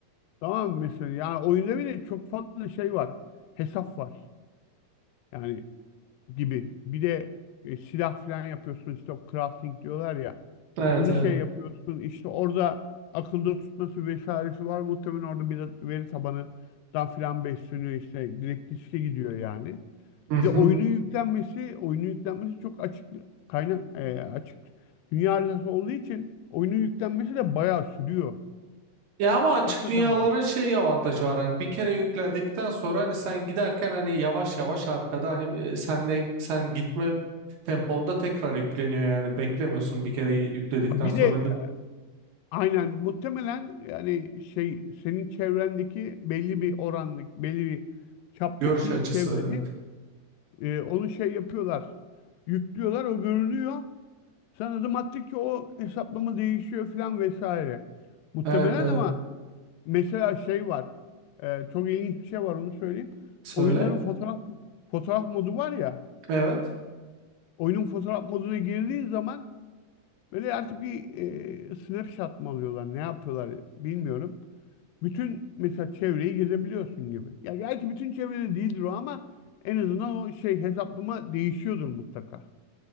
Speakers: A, on the left (about 85°); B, on the right (about 80°).
A: Tamam mı mesela? Yani oyunda bile çok fazla şey var. Hesap var. Yani gibi. Bir de e, silah falan yapıyorsun işte o crafting diyorlar ya.
B: Evet
A: Onu
B: evet.
A: şey yapıyorsun işte orada akılda tutması vesairesi var. Muhtemelen orada bir de veri tabanından filan besleniyor işte. Direkt diske gidiyor yani.
B: Mhm.
A: Bir de oyunun yüklenmesi, oyunun yüklenmesi çok açık bir kaynak e, açık dünya haritası olduğu için oyunun yüklenmesi de bayağı sürüyor.
B: Ya ama açık
A: Hakikaten
B: dünyaların
A: bak.
B: şey avantajı var hani bir kere yükledikten sonra hani sen giderken hani yavaş yavaş arkada hani e, senle sen gitme temponda tekrar yükleniyor yani beklemiyorsun bir kere yükledikten
A: Bir
B: sonra
A: de e,
B: değil mi?
A: Aynen muhtemelen yani şey senin çevrendeki belli bir orandaki belli bir çaptaki
B: Görüş açısı
A: çevreni
B: evet.
A: e, onu şey yapıyorlar. Yüklüyorlar o görünüyor. Sen adım attıkça o hesaplama değişiyor falan vesaire. Muhtemelen
B: Evet evet.
A: ama mesela şey var. e, çok ilginç bir şey var onu söyleyeyim.
B: Söyle.
A: Oyunların fotoğraf fotoğraf modu var ya.
B: Evet.
A: Oyunun fotoğraf moduna girdiğin zaman böyle artık bir e, snapshot mı alıyorlar ne yapıyorlar bilmiyorum. bütün mesela çevreyi gezebiliyorsun gibi. Ya gerçi bütün çevrede değildir o ama en azından o şey hesaplama değişiyordur mutlaka.